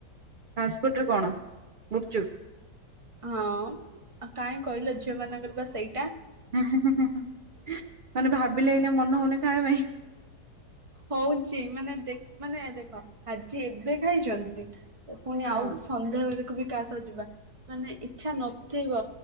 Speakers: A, on the right; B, on the right.
A: ଫାଷ୍ଟ ଫୁଡ୍ ରେ କଣ ଗୁପ୍‌ଚୁପ୍।
B: ହଁ ଆଉ କାହିଁ କହିଲ ଝିଅ ମାନଙ୍କର ବା ସେଇଟା
A: ମାନେ ଭାବିଲେ ଏଇନା ମନ ହଉନି ଖାଇବା ପାଇଁ
B: ହଉଛି ମାନେ ଦେ ମାନେ ଦେଖ ଆଜି ଏବେ ଖାଇଛନ୍ତି। ତ ପୁଣି
A: ହଁ।
B: ଆଉ ସନ୍ଧ୍ୟା ବେଳକୁ ବି କାହା ସ ଯିବା ମାନେ ଇଛା ନଥିବ।